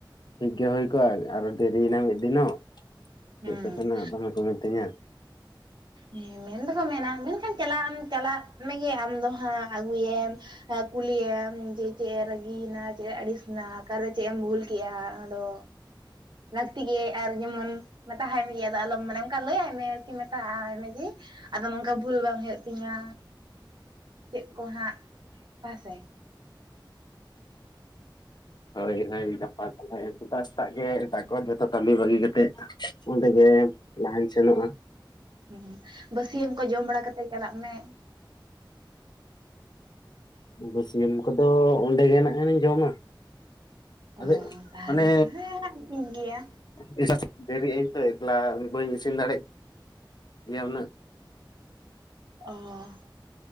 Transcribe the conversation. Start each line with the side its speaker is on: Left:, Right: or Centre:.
Left: ᱴᱷᱤᱠ ᱜᱮ ᱦᱩᱭ ᱠᱚᱜᱼᱟ ᱟᱨᱚ ᱫᱮᱨᱤᱭᱮᱱᱟ ᱢᱤᱫ ᱫᱤᱱ-ᱚᱜ
Right: ᱦᱮᱸ
Left: ᱪᱮᱫ ᱠᱚᱪᱚ ᱱᱟᱜ ᱫᱚᱢᱮ ᱠᱚ ᱢᱤᱛᱟᱹᱧ-ᱟ
Right: ᱦᱮᱸ ᱢᱮᱱ ᱫᱚᱠᱚ ᱢᱮᱱᱟ ᱢᱮᱱᱠᱷᱟᱱ ᱪᱟᱞᱟᱜ <inaudible> ᱪᱟᱞᱟᱜ ᱢᱮᱜᱮ ᱟᱢ ᱫᱚ ᱦᱟᱸᱜ ᱟᱹᱜᱩᱭᱮᱢ ᱦᱮᱸ ᱠᱩᱞᱤᱭᱮᱢ ᱡᱮ ᱪᱮᱫ ᱮ ᱨᱟᱹᱜᱤᱱᱟ ᱪᱮᱫ ᱮ ᱟᱹᱲᱤᱥ ᱱᱟ ᱚᱠᱟᱨᱮ ᱪᱮᱫ ᱮᱢ ᱵᱷᱩᱞ ᱠᱮᱜᱼᱟ ᱟᱫᱚ ᱞᱟᱹᱠᱛᱤ ᱜᱮ ᱟᱨ ᱡᱮᱢᱚᱱ ᱢᱮᱛᱟ ᱦᱟᱭ ᱢᱮ ᱜᱤ ᱟᱫᱚ ᱟᱞᱚᱢ ᱢᱟᱱᱮ ᱚᱱᱠᱟ ᱞᱟᱹᱭ ᱟᱭ ᱢᱮ ᱟᱨᱠᱤ ᱢᱮᱛᱟ ᱟᱭ ᱢᱮ ᱡᱮ ᱟᱫᱚ ᱱᱚᱝᱠᱟ ᱵᱷᱩᱞ ᱵᱟᱝ ᱦᱩᱭᱩᱜ ᱛᱤᱧᱟᱹ ᱪᱮᱫ ᱠᱚ ᱦᱟᱸᱜ ᱦᱟᱥᱮ
Left: ᱦᱳᱭ ᱦᱳᱭ ᱜᱟᱯᱟ ᱛᱟᱞᱦᱮ ᱥᱮᱛᱟᱜ ᱥᱮᱛᱟᱜ ᱜᱮ ᱫᱟᱜ ᱠᱚ ᱡᱚᱛᱚ ᱠᱟᱢᱤ ᱵᱟᱹᱜᱤ ᱠᱟᱛᱮᱫ ᱚᱸᱰᱮ ᱜᱮ ᱞᱟᱦᱟᱧ ᱥᱮᱱᱚᱜᱼᱟ
Right: ᱦᱩᱸᱦᱩᱸᱵᱟᱹᱥᱭᱟᱹᱢ ᱠᱚ ᱡᱚᱢ ᱵᱟᱲᱟ ᱠᱟᱛᱮ ᱪᱟᱞᱟᱜ ᱢᱮ
Left: ᱵᱟᱹᱥᱭᱟᱹᱢ ᱠᱚᱫᱚ ᱚᱸᱰᱮ ᱜᱮ ᱱᱟᱠᱷᱟᱱ ᱤᱧ ᱡᱚᱢᱟ ᱟᱫᱚ
Right: ᱚ ᱛᱟᱦᱚᱞᱮ
Left: ᱢᱟᱱᱮ
Right: <inaudible> ᱦᱟᱸᱜ ᱴᱷᱤᱠ ᱜᱮᱭᱟ
Left: <inaudible> ᱫᱮᱨᱤᱜ ᱟᱹᱧ ᱛᱚ ᱮᱠᱞᱟ ᱵᱟᱹᱧ ᱤᱥᱤᱱ ᱫᱟᱲᱮᱜ ᱜᱮᱭᱟ ᱩᱱᱟᱹᱜ
Right: ᱚ